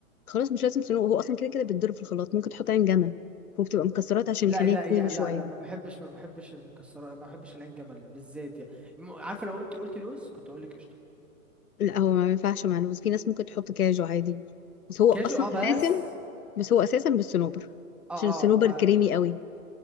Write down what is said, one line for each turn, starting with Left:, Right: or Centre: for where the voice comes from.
Left: خلاص مش لازم صنوبر هو أصلا كده كده بيتضرب في الخلاط ممكن تحط عين جمل وبتبقى مكسرات عشان
Centre: لا
Left: يخليها
Centre: لا
Left: كريمي
Centre: يعني
Left: شوية
Centre: لا لا ما بحبش ما بحبش المكسرات ما بحبش العين جمل بالذات يعني م- عارفه لو انت قلتي لوز كنت اقول لك قشطه
Left: لا هو ما ينفعش مع اللوز في ناس ممكن تحط كاجو عادي بس هو
Centre: كاجو
Left: أصلا
Centre: اه بس
Left: أساسا بس هو أساسا بالصنوبر
Centre: اه
Left: عشان الصنوبر
Centre: اه ما
Left: كريمي قوي